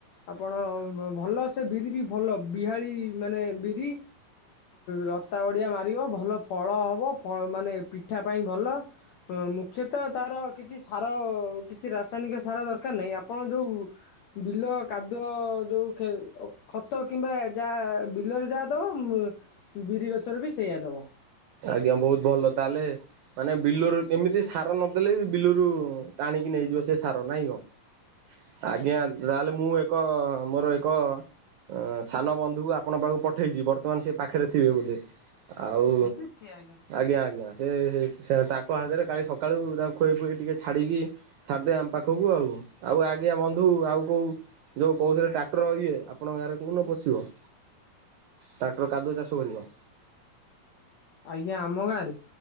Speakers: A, on the left; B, on the right.
A: ଆପଣ ଭଲ ସେ ବିରି ବି ଭଲ ବିହାରି ମାନେ ବିରି ଲତା ବଡ଼ିଆ ମାରିବ, ଭଲ ଫଳ ହବ, ମାନେ ପିଠା ପାଇଁ ଭଲ। ଅ ମୁଖ୍ୟତଃ ମୁଖ୍ୟତଃ ତ ତାର କିଛି ସାର କିଛି ରାସାୟନିକ ସାର ଦରକାର ନାହିଁ। ଆପଣ ଯେଉଁ ବିଲ କାଦୁଅ ଯେଉଁ ଖତ କିମ୍ବା ଯାହା ବିଲରେ ଯାହା ଦେବ ବିରି ଗଛରେ ବି ସେଇଆ ଦେବ।
B: ଆଜ୍ଞା ବହୁତ ଭଲ ତାହେଲେ। ମାନେ ବିଲରୁ ଏମିତି ସାର ନଦେଲେ ବି ବିଲରୁ ଟାଣିକି ନେଇଯିବ ସେ ସାର ନାଇଁ କଣ। ଆଜ୍ଞା ତାହେଲେ ମୁଁ ଏକ ମୋର ଏକ ଅ ସାନ ବନ୍ଧୁକୁ ଆପଣ ପାଖକୁ ପଠେଇଚି ବର୍ତ୍ତମାନ ସେ ପାଖରେ ଥିବେ ବୋଧେ। ଆଉ
A: ଠି ଆଜ୍ଞା।
B: ଆଜ୍ଞା ଆଜ୍ଞା। ସେ ତାଙ୍କ ହାତରେ କାଲି ସକାଳୁ ତାଙ୍କୁ ଖୁଆଇ ପୁଆଇ ଟିକେ ଛାଡ଼ିକି ଛାଡ଼ି ଦେବେ ଆମ ପାଖକୁ ଆଉ। ଆଉ ଆଜ୍ଞା ବନ୍ଧୁ ଆଉ କୋଉ ଯୋଉ କହୁଥିଲେ ଟ୍ରାକ୍ଟର ଇଏ ଆପଣଙ୍କ ଗାଁରେ କୋଉ ନ ପଶିବ? ଟ୍ରାକ୍ଟର କାଦୁଅ ଚାଷ କରିବ।
A: ଆଜ୍ଞା ଆମ ଗାଁରେ?